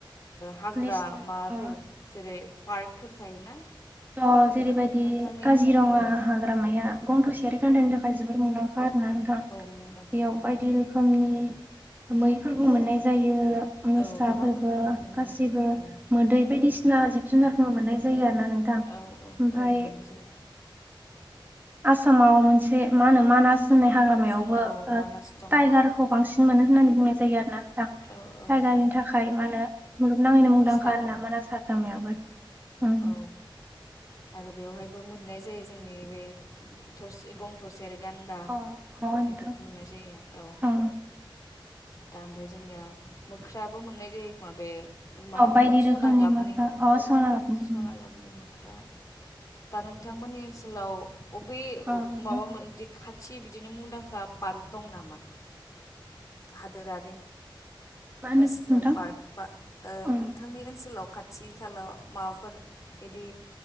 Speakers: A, on the left (about 40°); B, on the right (about 20°).
A: हाग्रा
B: नेसनेल
A: माबाफोर
B: अ
A: जेरै पार्कफोर थायोना
B: अ जेरैबायदि
A: दा नोंथांनि
B: काजिरङा
A: ओं
B: हाग्रामाया
A: औ
B: गं थसेयारि गान्दानि थाखाय जोबोद मुंदांखा। आरोना नोंथां
A: औ मुंदांखा
B: बेयाव
A: औ
B: बायदि रोखोमनि मैफोरबो मोननाय जायो, मोसाफोरबो
A: औ गोबां रोखोमनि मोनो
B: गासिबो
A: औ
B: मोदै बायदिसिना जिब जुनारखौ मोननाय जायो आरो ना नोंथां नों
A: औ औ
B: ओमफ्राय
A: औ मोननाय जायो।
B: आसामाव मोनसे मा होनो मानास होननाय हाग्रामायावबो
A: जोंना औ मानास दङ
B: टाइगारखौ बांसिन मोनो होननानै बुंनाय जायो आरो ना। नोंथां
A: औ औ
B: टाइगारनि
A: औ
B: थाखाय मा होनो मुलुगनाङैनो
A: मोसाखौ
B: मुंदांखा आरोना मानास हाग्रामायाबो ओम
A: औ आरो बेवहायबो मोननाय जायो जोंनि बे थसे गं थसेआरि गान्दा
B: अ नोंथां
A: बेफोरखौ मोननाय जायो औ
B: अ
A: दा ओमफ्राय जोंनिया मोख्राबो मोननाय जायो खोमा बे मा
B: <unintelligible>
A: होनो
B: बायदि
A: बेखौ
B: रोखोमनि
A: सना गाबनि
B: मोसा अ सना गाबनि
A: सना गामनि मोख्रा दा नोंथांमोननि ओनसोलाव अबे
B: अ नोंथां
A: माबा मोन जे खाथि बिदिनो मुंदांखा पार्क दं नामा? <inaudible> हादोरारि
B: मा होनदों
A: नेसनेल
B: नोंथां
A: पार्क बा ओ
B: अ
A: नोंथांनि ओनसोलाव खाथि खालाव माबाफोर बिदि